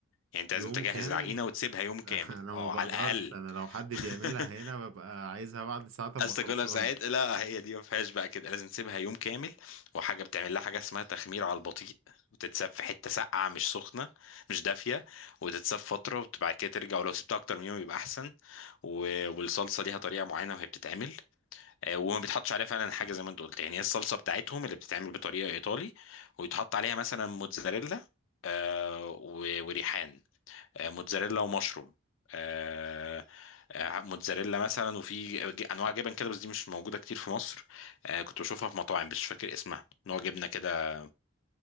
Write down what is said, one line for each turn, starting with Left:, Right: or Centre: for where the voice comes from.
Left: يعني انت
Right: يوم
Left: لازم تجهز
Right: كامل
Left: العجينه وتسيبها يوم كامل
Right: <laughs> انا
Left: اه
Right: ما بقدرش
Left: على الاقل
Right: انا لو حد
Left: <laughs>
Right: بيعملها هنا ببقى عايزها بعد ساعة تبقى
Left: قصدك
Right: خلصانة
Left: كلها ساعات لا هي دي ما فيهاش بقى كده لازم تسيبها يوم كامل وحاجه بتعمل لها حاجه اسمها تخمير على البطيء وتتساب في حته ساقعه مش سخنه مش دافيه وتتساب فتره وبعد كده ترجع ولو سبتها اكتر من يوم يبقى احسن و... والصلصه ليها طريقه معينه وهي بتتعمل آه، وما بيتحطش عليها فعلا حاجه زي ما انت قلت يعني هي الصلصه بتاعتهم اللي بتتعمل بطريقه ايطالي ويتحط عليها مثلا موتزاريلا آه، و- وريحان آه، موتزاريلا ومشروم آه، آه، موتزاريلا مثلا وفي ج- انواع جبن كده بس دي مش موجوده كتير في مصر آه، كنت بشوفها في مطاعم بس مش فاكر اسمها نوع جبنه كده